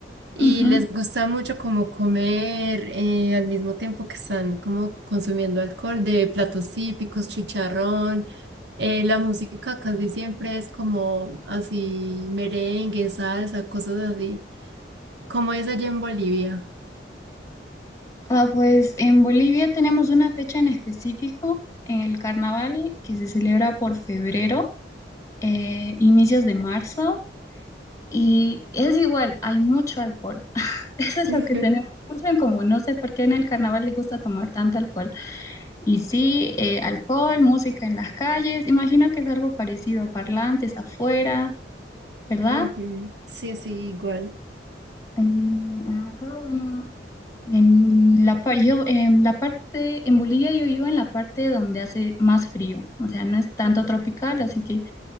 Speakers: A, on the right; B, on the left.
A: y
B: ujú.
A: les gusta mucho como comer eh, al mismo tiempo que están como consumiendo alcohol de platos típicos, chicharrón. eh, la música casi siempre es como así merengue, salsa, cosas así. ¿Cómo es allá en Bolivia?
B: Ah, pues en Bolivia tenemos una fecha en específico, en el carnaval, que se celebra por febrero, eh, inicios de marzo, y es igual, hay mucho alcohol. <laughs> Eso es
A: <laughs>
B: lo que tenemos mucho en común. No sé por qué en el carnaval les gusta tomar tanto alcohol. Y sí, eh, alcohol, música en las calles, imagino que es algo parecido, parlantes afuera, ¿verdad?
A: Ujú. Sí, sí, igual.
B: Y acá, bueno. En la, par- yo, en la parte, en Bolivia yo vivo en la parte donde hace más frío, o sea, no es tanto tropical, así que